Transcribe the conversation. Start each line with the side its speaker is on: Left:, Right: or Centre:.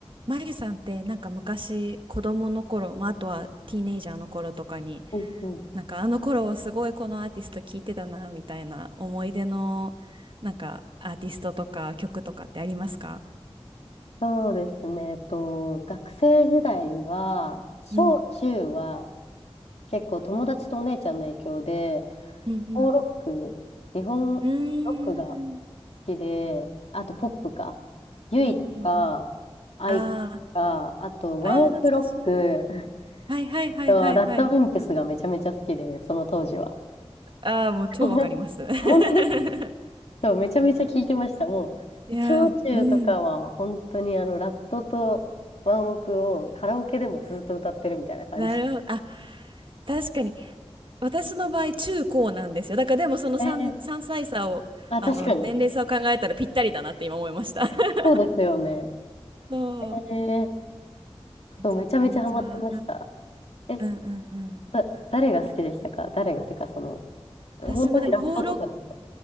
Right: マギさんってなんか昔子供の頃、まあ、あとはティーネイジャーの頃とかに
Left: うんうん、
Right: なんかあの頃はすごいこのアーティスト聴いてたなみたいな思い出のなんかアーティストとか曲とかってありますか
Left: そうですね。えっと、学生時代は、小中は
Right: うん、
Left: 結構友達とお姉ちゃんの影響で、
Right: うん、
Left: フォーロック、日本のロックが好
Right: うん。うーん、
Left: きで、あとポップか。ユイとか、
Right: うん、うん、うん。
Left: アイコとか、
Right: あ
Left: あとワンオクロック
Right: ーああ懐かしい。
Left: <laughs>
Right: はいはいはいはいはい。
Left: と、ラッドウィンプスがめちゃめちゃ好きで、その当時は。
Right: ああもう超わかります。
Left: <laughs>
Right: <laughs>
Left: 本当ですそう、めちゃめちゃ聞いてました。もう、
Right: いやーうん。
Left: 小中とかは、本当にあの、ラットとワンオクをカラオケでもずっと歌ってるみたいな感じ。
Right: なるほど。あ確かに私の場合、中高なんですよ。だからでもその3、
Left: えー、
Right: 3歳差を、
Left: <laughs> あ、
Right: あの、
Left: 確かに。
Right: 年齢差を考えたらぴったりだなって今思いました。<laughs>
Left: そうですよね。
Right: そう。
Left: えー、
Right: めちゃめちゃな、
Left: そう、めちゃめちゃハマってました。え、
Right: うんうんうん。
Left: だ、誰が好きでしたか誰がてか、その、本当にラットとかだすか
Right: 私もでも、ホーロック、